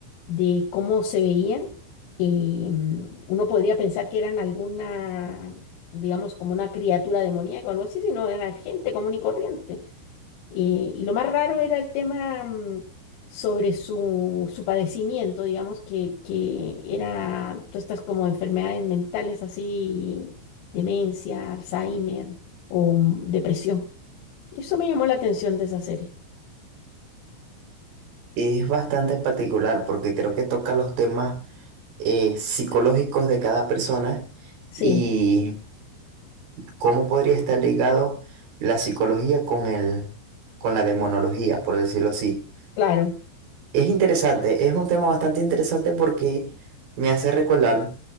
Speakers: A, on the left; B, on the right.
A: de cómo se veían, eh, uno podría pensar que eran alguna, digamos, como una criatura demoníaca o algo así, sino eran gente común y corriente. Eh, y lo más raro era el tema mm, sobre su, su padecimiento, digamos, que, que era todas estas como enfermedades mentales así, demencia, Alzheimer o mm, depresión. Eso me llamó la atención de esa serie.
B: Es bastante particular porque creo que toca los temas eh, psicológicos de cada persona
A: Sí,
B: y cómo podría estar ligado la psicología con el, con la demonología, por decirlo así.
A: claro.
B: Es interesante, es un tema bastante interesante porque me hace recordar